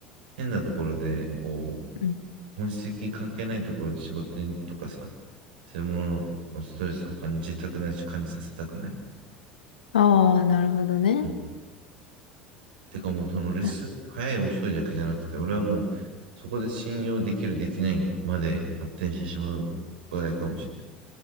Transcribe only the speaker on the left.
うん。
ああ、なるほどね。
あ